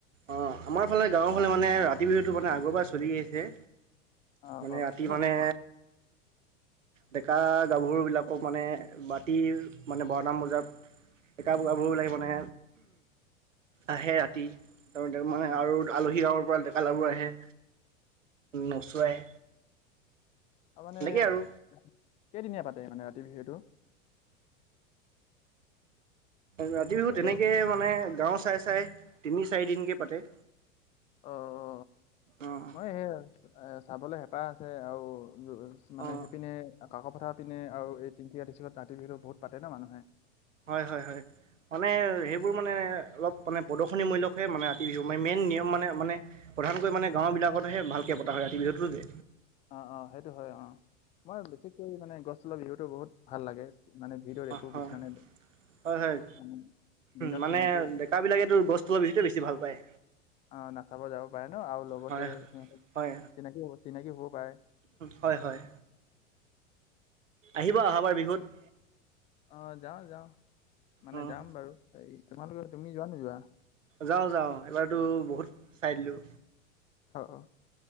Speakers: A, on the right; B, on the left.
A: অঁ আমাৰ ফালে গাঁৱৰ ফালে মানে ৰাতি বিহুটো মানে আগৰ পৰাই চলি আহিছে।
B: অ
A: মানে
B: অ
A: ৰাতি
B: এনে
A: মানে ডেকা গাভৰুবিলাকক মানে মাটি মানে বাৰটামান বজাত ডেকা বগাবোৰ লাগি মানে আহে ৰাতি তাৰ মানে
B: অ
A: আৰু
B: অ
A: আলহী আৰু দেকালৰাবোৰ আহে নচুৱাই।
B: তাৰ মমানে
A: তেনেকে আৰু
B: কেইদিনীয়া পাতে মানে ৰাতি বিহুটো।
A: ৰাতি বিহু
B: হেল্ল'
A: তেনেকৈ মানে গাঁও চাই চাই তিনি চাৰিদিনকৈ পাতে।
B: অ অ
A: অঁ
B: মই সে চাবলৈ হেঁপাহ আছে আৰু। উ মানে
A: অঁ
B: সেইপিনে কষ পথা পিনে আৰু এই তিনিকি আতিছিলত দাঁতি বিহুো বহুত পাতে ন মানুহে।
A: হয় হয় হয় মানে সেইবোৰ মানে। অলপ মানে প্ৰদশনীমূল্যহে মানে আতি বিহু মানে মেইন নিয়ম মানে মানে প্ৰধানকৈ মানে গাঁওবিলাকতহে ভালকে। পতা হয় ৰাতি বিহুটো যে।
B: অ অ সেইটো হয় অ মই বিষেকৈ মানে গছ তলৰ বিহুতটো বহুত ভাল লাগে। মানে ভিতৰত
A: হয়
B: একো
A: হয়
B: কিছুমানে।
A: হয় হয়
B: মানে দিনত
A: মানে
B: চিনাকি
A: ডেকা বিলাকে তো গছ তলৰ বিহুতোহে বেছি ভাল পায়।
B: অ নচাব যাব পাৰে ন আৰু লগতে
A: হয়
B: সিহঁত
A: হয়
B: চিনাকি চিনাকি হব পাৰে।
A: হয় হয় আহিব অহাবাৰ বিহুত।
B: আহ যাওঁ যাওঁ মানে
A: অ',
B: যাম বাৰু হে তোমালোকে তুমি যোৱা নো যোৱা।
A: যাওঁ যাওঁ এইবাৰতো বহুত চাই দিলোঁ।
B: অ অ